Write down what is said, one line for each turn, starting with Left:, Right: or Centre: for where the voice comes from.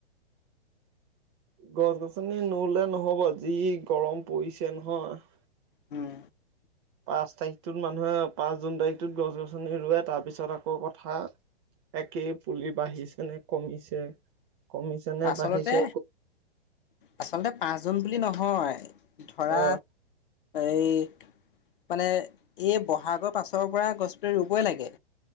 Right: গছ গছনি নুৰুলে নহ'ব যি গৰম পৰিছে নহয়।
Left: উম।
Right: পাঁচ তাৰিখটোত মানুহে পাঁচ জুন তাৰিখটোত গছ গছনি ৰুৱে তাৰপিছত আকৌ কথা। একেই পুলি বাঢ়িছে নে কমিছে? কমিছে নে
Left: আচলতে,
Right: বাঢ়িছে
Left: আচলতে পাঁচজন বুলি নহয়। ধৰা
Right: আহ
Left: এই মানে এই বহাগৰ পাছত গৰপৰা গছপুলি ৰুবই লাগে।